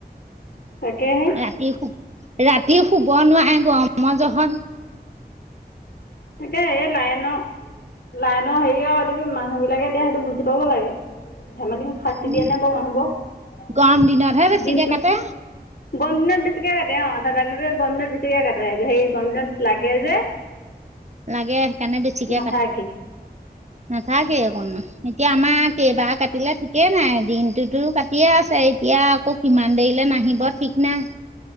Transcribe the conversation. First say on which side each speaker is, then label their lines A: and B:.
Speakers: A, on the left; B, on the right.
A: তাকেহে।
B: ৰাতি ৰাতি শুব নোৱাৰে গৰম যহত।
A: তাকে এই লাইনৰ লাইনৰ হেৰি আৰু এই মানুহ বিলাকে এতিয়া সেইটো। পাব লাগে ধেমালি শাস্তি
B: উম,
A: দিয়ে নে বাও মানুহ বোৰক।
B: গৰম দিনতহে বেছিকে
A: দিনটো
B: কাটে
A: গৰম দিনত বেছিকে লাগে অ ঠাণ্ডা দিনত। গৰম দিনত বেছিকে কাটে সেই গৰম দিনত লাগে যে।
B: লাগে সেইকাৰণে বেছিকে
A: নাথাকে
B: কাটে। নাথাকে অকণমান এতিয়া আমাৰ কেইবাৰ কাটিলে ঠিকেই নাই দিন। তো কাটিয়ে আছে এতিয়া আকৌ কিমান দেৰিলে নাহিব ঠিক নাই।